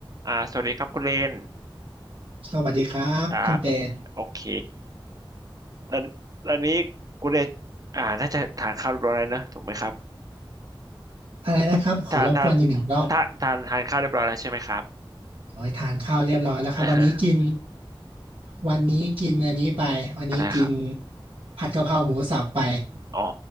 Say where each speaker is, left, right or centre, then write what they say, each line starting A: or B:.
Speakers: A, on the right; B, on the right.
A: อ่าสวัสดีครับคุณเลน
B: สวัสดีครับคุณเป็น
A: ครับโอเคตอนตอนนี้คุณเลนอ่าน่าจะทานข้าวเรียบร้อยแล้วนะถูกไหมครับ
B: อะไรนะครับขอรบกวนอีกหนึ่งรอบ
A: ทานทานทานทานทานข้าวเรียบร้อยแล้วใช่ไหมครับ
B: ขอใหทานข้าวเรียบร้อยแล้วครับวันนี้กิน
A: เออ <laughs>
B: วันนี้กินอันนี้ไปวันนี้กิน
A: อะไรครับ
B: ผัดกะเพราหมูสับไป
A: อ๋อ